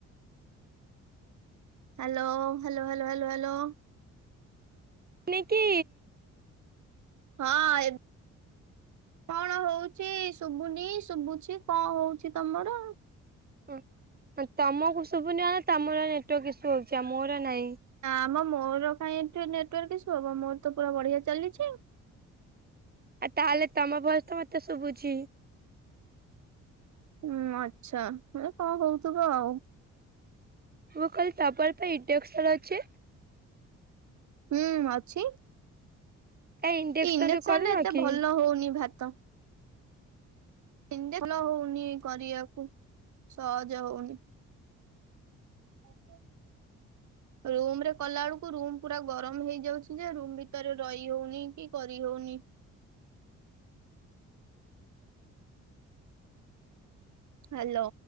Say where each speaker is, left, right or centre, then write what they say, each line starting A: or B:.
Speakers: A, on the right; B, on the right.
A: Hello hello hello hello hello.
B: ନିକି।
A: ହଁ ଏବ୍ କଣ ହଉଛି ଶୁବୁନି ଶୁବୁଛି କଣ ହଉଛି ତମର।
B: ଉଁ ତମକୁ ସୁବୁନି ମାନେ ତମର ନେଟୱାର୍କ ଇସୁ ହଉଛି ଆ ମୋର ନାହିଁ।
A: ନା ମ ମୋର କାଇଁ ଏଠି ନେଟୱାର୍କ ଇସୁ ହବ ମୋର ତ ପୁରା ବଢିଆ ଚାଲିଛି‌।
B: ଆଉ ତାହେଲେ ତମ ଭଏସ ତ ମତେ ଶୁଭୁଛିି।
A: ହୁଁ ଆଛା ଏ କଁ ହଉଥିବ ଆଉ।
B: ମୁଁ କାହିଲି ତମର ପା ଇଣ୍ଡକସନ୍ ଅଛି।
A: ହୁଁ ଅଛି।
B: କାଇଁ ଇଣ୍ଡକ୍ସନ
A: ଏ ଇଣ୍ଡକ୍ସନ୍
B: କରୁନ
A: ରେ ଏତେ
B: କି?
A: ଭଲ ହଉନି ଭାତ। ଇଣ୍ଡକ ଭଲ ହଉନି କରିବାକୁ ସହଜ ହଉନି। <unintelligible> ରୁମ୍ ରେ କଲା ବେଳକୁ ରୁମ୍ ପୁରା ଗରମ ହେଇଯାଉଛି ଯେ ରୁମ୍ ଭିତରେ ରହି ହଉନି କି କରିହଉନି। ହାଲୋ।